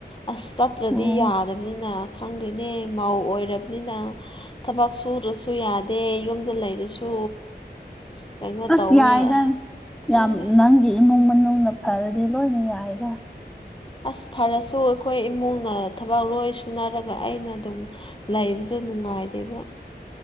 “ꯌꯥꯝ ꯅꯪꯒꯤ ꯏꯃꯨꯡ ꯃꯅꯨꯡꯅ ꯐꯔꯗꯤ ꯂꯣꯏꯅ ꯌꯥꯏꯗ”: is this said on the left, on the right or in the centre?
Centre